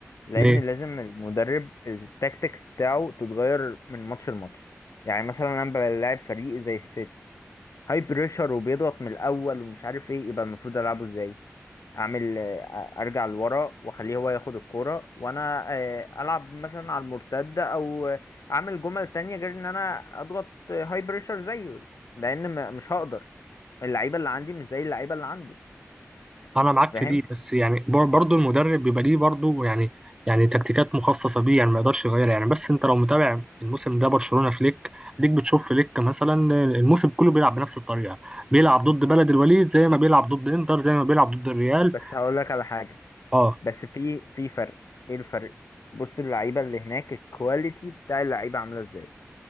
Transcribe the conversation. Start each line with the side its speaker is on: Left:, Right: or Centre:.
Left: لان
Right: ليه
Left: لازم المدرب التاكتكس بتاعه تتغير من ماتش لماتش يعني مثلا انا بلاعب فريق زي السيتي هاي بريشر وبيضغط من الاول ومش عارف ايه يبقى المفروض العبه ازاي اعمل آه، ارجع لورا واخليه هو ياخد الكوره وانا آه، العب مثلا على المرتده او آه، اعمل جمل تانية غير ان انا اضغط هاي بريشر زيه لان م- مش هقدر اللعيبه اللي عندي مش زي اللعيبه اللي عنده
Right: انا معاك
Left: فاهم
Right: في دي بس يعني بر- برضو المدرب بيبقى ليه برضو يعني يعني تكتيكات مخصصه بيه يعني ما يقدرش يغيرها يعني بس انت لو متابع الموسم ده برشلونه فليك اديك بتشوف فليك مثلا الموسم كله بيلعب بنفس الطريقه بيلعب ضد بلد الوليد زي ما بيلعب ضد انتر زي ما بيلعب ضد الريال
Left: بس هقول لك على حاجه
Right: اه
Left: بس في في فرق ايه الفرق بص اللعيبه اللي هناك الكواليتي بتاع اللعيبه عامله ازاي